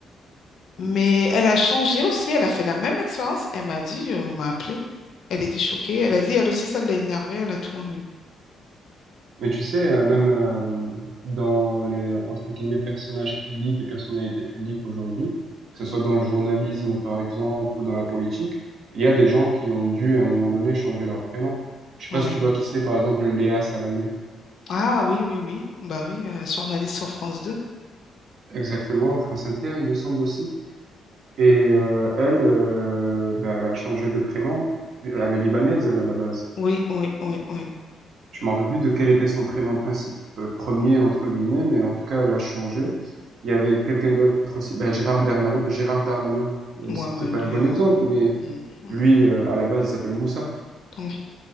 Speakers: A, on the left (about 65°); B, on the right (about 65°).
A: Mais elle a changé aussi. Elle a fait la même expérience. Elle m'a dit, euh, on m'a appelée. Elle était choquée. Elle a dit, elle aussi, ça l'a énervée. Elle a tout enlevé.
B: Mais tu sais, euh, même euh, dans les euh, entre guillemets personnages publics et personnalités publiques aujourd'hui, que ce soit dans le journalisme par exemple ou dans la politique, il y a des gens qui ont dû à un moment donné changer leur prénom. Je sais
A: Ouais.
B: pas si tu vois qui c'est, par exemple Léa Salamé.
A: Ah oui, oui, oui. Bah oui, euh, journaliste sur France deux
B: Exactement, France Inter, il me semble aussi. Et euh, elle, euh, bah, elle a changé de prénom. Elle est libanaise, elle, à la base.
A: Oui, oui, oui, oui.
B: Je me rappelle plus de quel était son prénom principal, premier, entre guillemets, mais en tout cas, elle a changé. Il y avait quelqu'un d'autre aussi, bah, Gérard Darmanin. Gérard Darmanin, euh,
A: Moi,
B: c'est
A: mais
B: peut-être
A: lui,
B: pas un bon
A: euh,
B: exemple, mais
A: mm, mm,
B: lui, euh, à la base, il s'appelle Moussa.
A: mm.